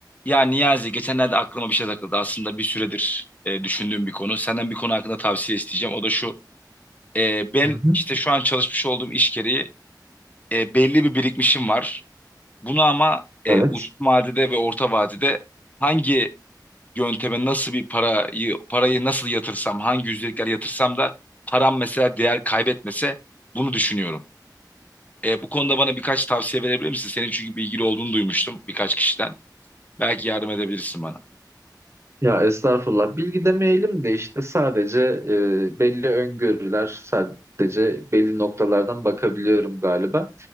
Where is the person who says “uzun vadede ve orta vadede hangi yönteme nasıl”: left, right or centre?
Left